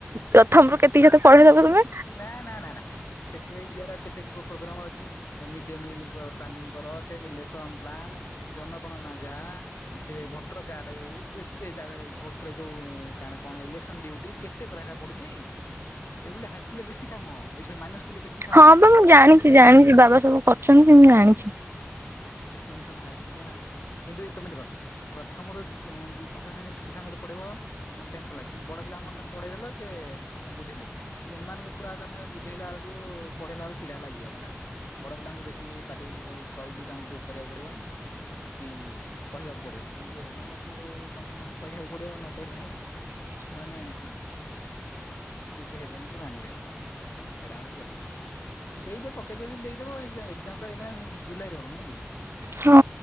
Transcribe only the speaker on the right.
ପ୍ରଥମରୁ କେତିକି କେତେ ପଢେଇଦବ
ତମେ
ହଁ ବା
ମୁଁ
ଜାଣିଛି ଜାଣିଛି ବାବା ସବୁ କରୁଛନ୍ତି ମୁ ଜାଣିଛି।
<inaudible>
ହଁ